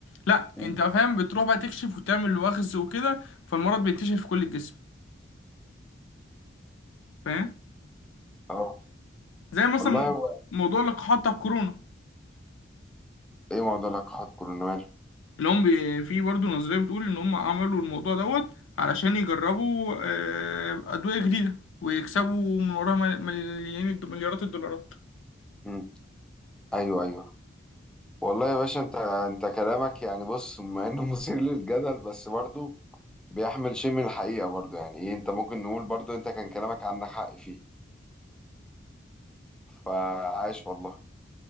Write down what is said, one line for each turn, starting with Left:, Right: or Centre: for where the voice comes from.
Left: لا
Centre: مم.
Left: انت فاهم بتروح بقى تكشف وتعمل وخز وكده فالمرض بينتشر في كل الجسم فاهم
Centre: اه
Left: زي مثلا
Centre: والله
Left: موضوع
Centre: هو
Left: موضوع لقاحات بتاع الكورونا
Centre: إيه موضوع لقاحات كورونا ماله؟
Left: اللي هم بي- في برضه نظرية بتقول إن هم عملوا الموضوع دوت علشان يجربوا آه، أدوية جديدة ويكسبوا من وراها مل- مليان الد- مليارات الدولارات
Centre: مم. أيوه أيوه والله يا باشا انت انت كلامك يعني بص مع انه <laughs> مثير للجدل بس برضه بيحمل شيء من الحقيقة برضه يعني ايه انت ممكن نقول برضه انت كان كلامك عندك حق فيه فعاش والله